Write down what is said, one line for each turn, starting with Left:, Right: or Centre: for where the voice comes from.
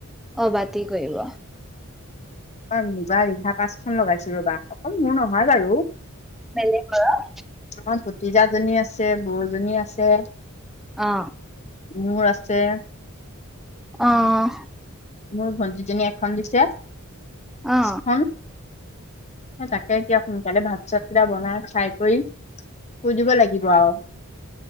Centre: অ বাতি কৰিব,
Left: ই মুগা ৰিহা পাঁচখন লগাইছো, ৰ'বা অকল মোৰ নহয় বাৰু
Centre: <unintelligible>
Left: মোৰ ভতিজাজনি আছে, বৌজনী আছে।
Centre: অ
Left: মোৰ আছে,
Centre: আহ,
Left: মোৰ ভণ্টিজনী এখন দিছে এখন
Centre: অ
Left: তাকে এতিয়া সোনকালে ভাত চাত কেইটা বনাই চাই কৰি শুই দিব লাগিব আৰু,